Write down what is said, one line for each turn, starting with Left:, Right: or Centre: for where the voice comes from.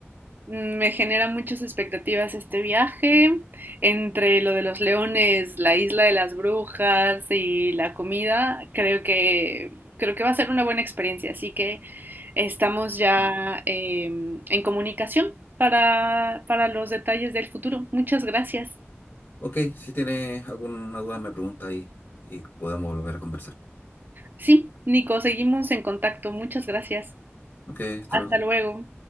Right: me genera muchas expectativas este viaje. Entre lo de los leones, la isla de las brujas y la comida, creo que creo que va a ser una buena experiencia. Así que estamos ya
Left: Ajá.
Right: em, en comunicación para, para los detalles del futuro. Muchas gracias.
Left: Ok, si tienes alguna duda me pregunta ahí y podemos volver a conversar.
Right: Sí, Nico, seguimos en contacto. Muchas gracias.
Left: Ok, hasta
Right: Hasta
Left: luego.
Right: luego.